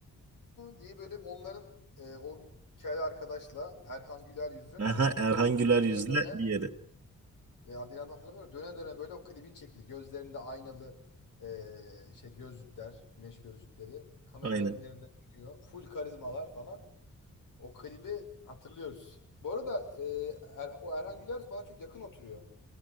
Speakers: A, on the left; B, on the right.
A: diye böyle onların e, o kel arkadaşla Erhan Güler yüzün
B: Aha, Erhan Güler yüzle
A: ne döne
B: diğeri.
A: e, adını hatırlamıyorum. Döne döne böyle o klibin çekildi. Gözlerinde aynalı e, şey gözlükler, güneş gözlükleri. Kamera
B: Aynen.
A: önlerinde dönüyor. Full karizmalar falan. O klibi hatırlıyoruz. Bu arada e, Er- o Erhan Güler bana çok yakın oturuyor.